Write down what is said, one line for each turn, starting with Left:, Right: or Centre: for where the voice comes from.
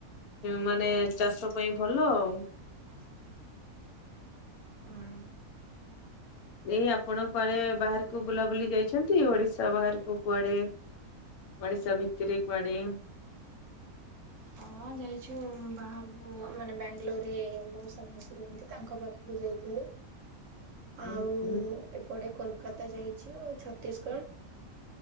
Left: ମାନେ ଚାଷ ପାଇଁ ଭଲ ଆଉ।
Right: <inaudible> ଉଁ।
Left: ଏଇ ଆପଣ କୁଆଡେ ବାହାରକୁ ବୁଲାବୁଲି ଯାଇଚନ୍ତି ଓଡିଶା ବାହାରକୁ କୁଆଡେ? ଓଡିଶା ଭିତରେ କୁଆଡେ?
Right: ହଁଁ ଯାଇଛୁ ବାହାରକୁ ମାନେ ବାଙ୍ଗାଲୋରରେ ମଉସା ମାଉସୀ ରୁହନ୍ତି ତାଙ୍କ ପା ମୁଁ ଯାଇଥିଲି। ଆଉ
Left: ଉଁ ହୁଁ
Right: ଏପଟେ କୋଲକାତା ଯାଇଛୁ ଆଉ ଛତିଶଗଡ।